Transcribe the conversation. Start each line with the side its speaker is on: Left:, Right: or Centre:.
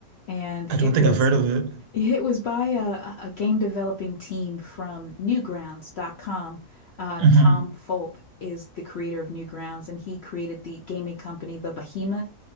Left: and
Right: I
Left: it
Right: don't
Left: was
Right: think I've heard of it.
Left: it was by a, a game developing team from Newgrounds.com. Uh,
Right: hmm
Left: Tom Fulp is the creator of Newgrounds, and he created the gaming company The Behemoth,